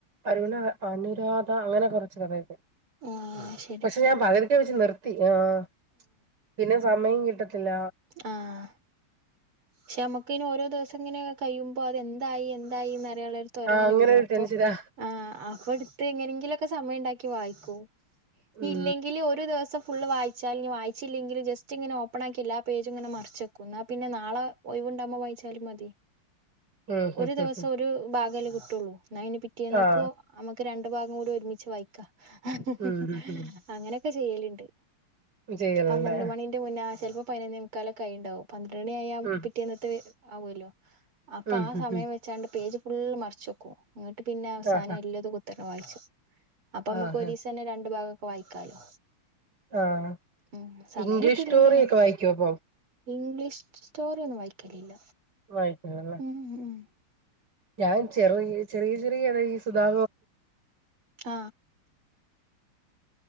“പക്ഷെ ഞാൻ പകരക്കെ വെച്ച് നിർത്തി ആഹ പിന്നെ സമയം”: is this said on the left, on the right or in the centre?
Right